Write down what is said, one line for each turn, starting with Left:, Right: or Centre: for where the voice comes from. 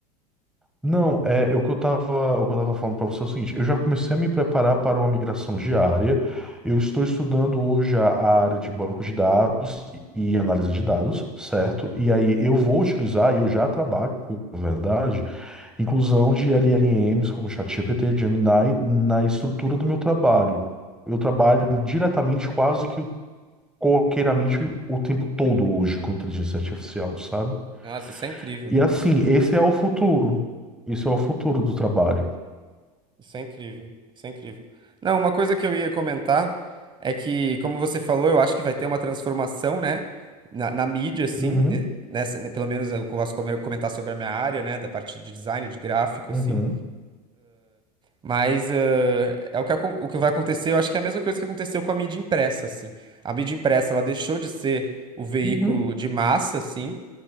Centre: Não, é, o que eu tava, o que eu tava falando para você é o seguinte, eu já comecei a me preparar para uma migração diária. Eu estou estudando hoje a, a área de banco de dados e análise de dados, certo? E aí eu vou utilizar, e eu já trabalho com, na verdade, inclusão de LLMs como ChatGPT, Gemini, na estrutura do meu trabalho. Eu trabalho diretamente, quase que corriqueiramente, o tempo todo hoje com inteligência artificial, sabe?
Right: Nossa, isso é incrível.
Centre: E assim, esse é o futuro. Isso é o futuro do trabalho.
Right: Isso é incrível, isso é incrível. Não, uma coisa que eu ia comentar é que, como você falou, eu acho que vai ter uma transformação, né, na, na mídia, assim,
Centre: Uhum,
Right: eh, nessa, né, pelo menos eu posso comer- comentar sobre a minha área, né, da parte de design, de gráfico,
Centre: uhum,
Right: assim, mas eh, é o que, acon- o que vai acontecer, eu acho que é a mesma coisa que aconteceu com a mídia impressa, assim. A mídia impressa, ela deixou de ser o veículo
Centre: Uhum,
Right: de massa, assim,